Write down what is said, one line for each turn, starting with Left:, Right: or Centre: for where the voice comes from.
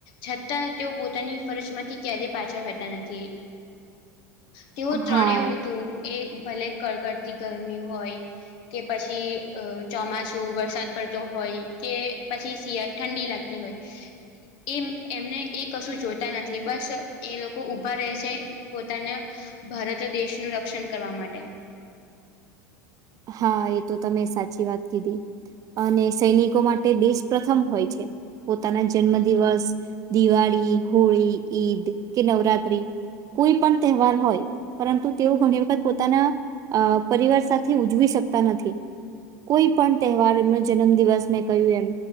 Left: છતાં તેઓ પોતાની ફરજમાંથી ક્યારેય પાછળ હોતા નથી. તેઓ ત્રણેય
Right: હા
Left: ઋતુએ ભલે કડકડતી ગરમી હોય. કે પછી અ ચોમાસું વરસાદ પડ્ હોય કે પછી શિયાળામાં ઠંડી લાગતી હોય. એમ એમને એકશું જોતા નથી, બસ એ લોકો ઊભા રહે છે. પોતાના ભારત દેશનું રક્ષણ કરવા માટે
Right: હાએ તો તમે સાચી વાત કીધી. અને સૈનિકો માટે દેશ પ્રથમ હોય છે. પોતાના જન્મદિવસ, દિવાળી, હોળી, ઈદ કે નવરાત્રી કોઈપણ તહેવાર હોય પરંતુ તેઓ ઘણી વખત પોતાના અ પરિવાર સાથે થી ઉજવી શકતા નથી, કોઈપણ તહેવાર એમનો જન્મદિવસ મેં કહ્યું એમ.